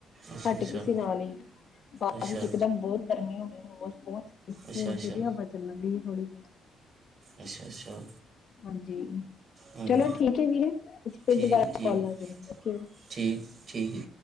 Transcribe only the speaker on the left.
ਹੱਟ
ਗੀ ਸੀ ਨਾਲ਼ ਹੀ ਬਾਅਦ
ਵਿੱਚ ਇੱਕਦਮ ਬਹੁਤ ਗਰਮੀਂ ਹੋ ਗਈਂ ਹੋਮਸ ਬਹੁਤ।
ਹੁਣ
ਫ਼ੇਰ ਵੀ ਹਵਾ ਚੱਲਣ ਡੀ ਥੋੜ੍ਹੀ ਬਹੁਤ।
ਹਾਂਜੀ,
ਚਲੋ ਠੀਕ ਹੈਂ ਵੀਰੇ ਅਸੀਂ ਫ਼ਿਰ
ਦੁਬਾਰਾ
ਕਾਲ ਕਰ ਰਹੇ ਓਕੇ।